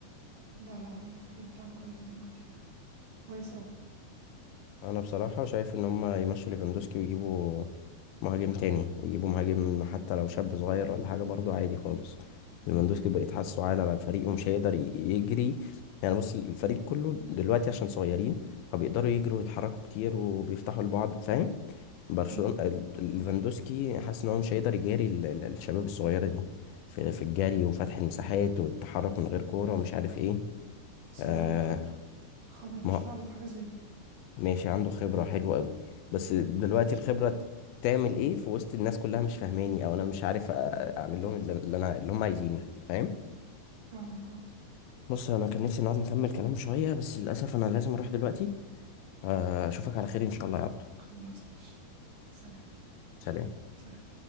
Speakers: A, on the right; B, on the left.
A: لا لا هو الفريق بتاعهم كويس دلوقتي كده كويس اوي
B: انا بصراحه شايف ان هم يمشوا ليفاندوسكي ويجيبوا مهاجم تاني يجيبوا مهاجم حتى لو شاب صغير ولا حاجه برضو عادي خالص ليفاندوسكي بقيت حاسه عال على الفريق ومش هيقدر ي- يجري يعني بص الفريق كله دلوقتي عشان صغيرين فبيقدروا يجروا ويتحركوا كتير وبيفتحوا لبعض فاهم برشلونة
A: مم.
B: ال- ليفاندوسكي حاسس ان هو مش هيقدر يجاري ال- ال- الشباب الصغيرة دي في في الجري وفتح المساحات والتحرك من غير كورة ومش عارف ايه
A: بس
B: آه
A: هو عنده خبره الخبره تشفع
B: ما
A: له في حاجه زي دي
B: ماشي عنده خبرة حلوة قوي بس دلوقتي الخبرة ت- تعمل ايه في وسط الناس كلها مش فاهماني او انا مش عارف أ- اعمل لهم اللي اللي انا اللي هم عايزينه فاهم
A: فاهمك اه
B: بص انا كان نفسي نقعد نكمل كلام شوية بس للاسف انا لازم اروح دلوقتي آه اشوفك على خير ان شاء الله يا عبدو
A: خلاص ماشي سلام
B: سلام
A: سلام